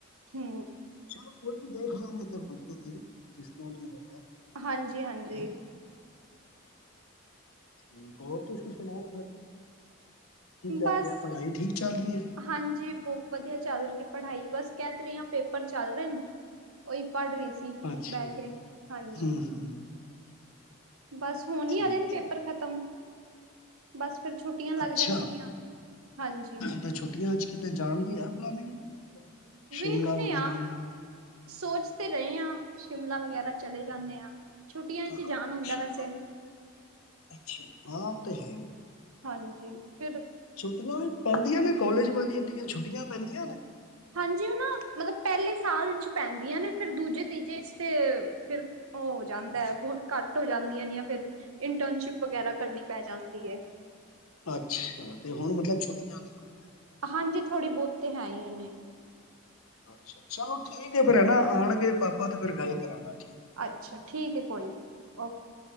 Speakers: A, on the right (about 85°); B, on the left (about 85°).
A: ਹੂ
B: ਚਲੋ ਕੋਈ ਨਹੀਂ, ਦੇਖ ਲਾਂਗੇ ਤਾਂ ਮੌਕੇ ਤੇ ਜਿਸ ਤਰ੍ਹਾਂ
A: ਹਾਂਜੀ -ਹਾਂਜੀ।
B: ਹੈ ਠੀਕ ਹੋਰ ਤੁਸੀਂ ਸੁਣਾਓ? ਫਿਰ ਕੀ ਚੱਲ
A: ਬਸ
B: ਰਿਹਾ ਪੜ੍ਹਾਈ ਠੀਕ ਚੱਲ ਰਹੀ ਏ
A: ਹਾਂਜੀ, ਬਹੁਤ ਵਧੀਆ ਚੱਲ ਰਹੀ, ਪੜ੍ਹਾਈ ਬਸ ਕਹਿ ਤੇ ਰਹੀ ਹਾ, ਪੇਪਰ ਚੱਲ ਰਹੇ ਨੇ, ਉਹੀ ਪੜ੍ਹ ਰਹੀ ਸੀ।
B: ਅੱਛਾ
A: ਬਹਿ ਕੇ ਹਾਂਜੀ,
B: ਹੂੰ ਹੂੰ
A: ਬਸ ਹੁਣ
B: ਠੀਕ
A: ਹੀ ਆ ਵਾਲੇ
B: ਠੀਕ
A: ਪੇਪਰ ਖਤਮ ਤ ਬਸ ਫੇਰ ਛੁੱਟੀਆਂ ਲੱਗ
B: ਅੱਛਾ
A: ਜਨਗੀਆਂ, ਹਾਂਜੀ
B: ਤਾਂ ਛੋਟੀਆਂ ਚ ਕਿ ਤੇ ਜਾਣ ਦੀ ਹੈ ਪਲਾਨਿੰਗ ਸ਼ਿਮਲਾ
A: ਵੇਖਦੇ
B: ਵਗੈਰਾ
A: ਹਾਂ,
B: ਜਾਂ
A: ਸੋਚ ਤੇ ਰਹੇ ਹਾਂ, ਸ਼ਿਮਲਾ ਵਗੈਰਾ ਚਲੇ ਜਾਨੇ ਆ ਛੁੱਟੀਆਂ ਚ
B: ਹਾਂ,
A: ਜਾਨ ਹੁੰਦਾ
B: ਸ਼ਿਮਲਾ
A: ਵੈਸੇ
B: ਅੱਛਾ, ਹਾਂ ਉਹ ਤੇ ਹੈ ਈ
A: ਹਾਂਜੀ ਫਿਰ
B: ਛੁੱਟੀਆਂ ਵੀ ਪੈਂਦੀਆਂ ਨੇ ਕੋਲਜ ਵਾਲੀਆਂ ਦੀਆਂ ਛੁੱਟੀਆਂ ਪੈਂਦੀਆਂ ਨੇ?
A: ਹਾਂਜੀ ਉਹ ਨਾ ਮਤਲਬ ਪਹਿਲੇ ਸਾਲ ਚ ਪੈਂਦੀਆਂ ਨੇ ਫਿਰ ਦੂਜੇ ਤੀਜੇ ਚ ਤੇ ਫੇਰ ਉਹ ਹੋ ਜਾਂਦੇ ਬਹੁਤ ਘੱਟ ਹੋ ਜਾਂਦੀਆਂ ਨੇ ਫਿਰ ਇੰਟਰਨਸ਼ਿਪ ਵਗੈਰਾ ਕਰਨੀ ਪੈ ਜਾਂਦੀ ਏ
B: ਅੱਛਾ, ਤੇ ਹੁਣ ਮਤਲਬ ਛੁੱਟੀਆਂ ਨੇ ਹੋਨ
A: ਹਾਂਜੀ ਥੋੜ੍ਹੀ ਬਹੁਤ ਤੇ ਹੈ ਹੀ ਨੇ
B: ਅੱਛਾ, ਚਲੋ ਠੀਕ ਹੈ ਫਿਰ, ਹੈ ਨਾ ਆਣਗੇ ਪਾਪਾ ਤੇ ਫੇਰ ਗੱਲ ਕਰਾਂਨਾ
A: ਅੱਛਾ ਠੀਕ ਹੈ ਕੋਈ ਨੀ, ਓਕੇ